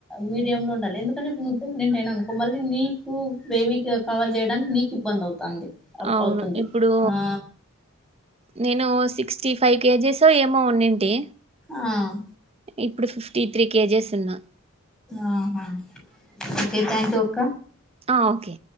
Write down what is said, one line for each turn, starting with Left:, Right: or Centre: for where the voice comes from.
Centre: మీడియ లో ఉండాలి ఎందుకంటే ఇప్పుడు నువవు ప్రెగ్నెంట్ అయినా అనుకో మళ్ళీ నీకు బేబీకి కావల్ చేయడానికి నీ ఇబ అవుతుంది
Right: అవును
Centre: అవుతుంది
Right: ఇప్పుడు
Centre: ఆ
Right: నేను సిక్స్ సిక్టీ ఫైవ్ కేజెస్ ఏమో ఉండంటి
Centre: ఆహ్
Right: ఇప్పుడు ఫిఫ్టీ త్రీ కేజీస్ ఉన్నా
Centre: ఆహా ఓకే థ్యాంక్ యూ అక్క
Right: ఆహ్ ఓకే